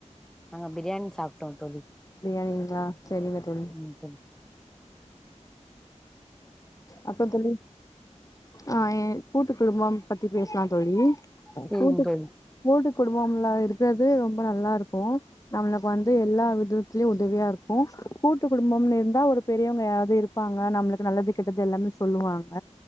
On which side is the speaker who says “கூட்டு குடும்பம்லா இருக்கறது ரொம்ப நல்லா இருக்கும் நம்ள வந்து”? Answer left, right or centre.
Left